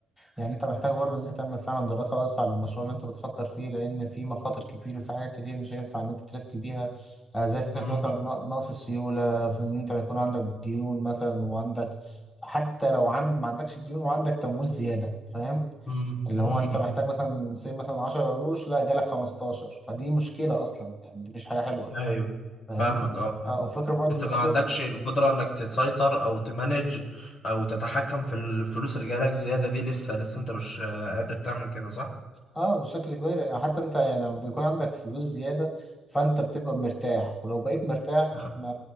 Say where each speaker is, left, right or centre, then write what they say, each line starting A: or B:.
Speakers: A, on the left; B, on the left.
A: يعني أنت محتاج برضو إن أنت تعمل فعلا دراسة واسعة للمشروع اللي أنت بتفكر فيه لأن في مخاطر كتير وفي حاجات كتير مش هينفع إن أنت تريسك بيها آه، زي فكرة
B: مم،
A: مثلا ن- نقص السيولة في إن أنت يكون عندك ديون مثلا وعندك حتى لو عند ما عندكش ديون وعندك تمويل زيادة فاهم
B: مم،
A: اللي هو
B: مم،
A: انت
B: مم.
A: محتاج مثلا سي مثلا 10 قروش لا جالك 15 فدي مشكلة اصلا يعني دي مش حاجة حلوة
B: ايوه
A: فاهمني
B: فاهمك اه آه.
A: اه وفكرة برضو
B: انت
A: ان
B: ما
A: السوق
B: عندكش القدرة انك تسيطر او تمانج او تتحكم في الفلوس اللي جايلك زيادة دي لسه لسه انت مش آه، قادر تعمل كده صح؟
A: اه بشكل كبير يعني حتى انت يعني لما بيكون عندك فلوس زيادة فانت بتبقى مرتاح ولو بقيت مرتاح
B: آه.
A: ما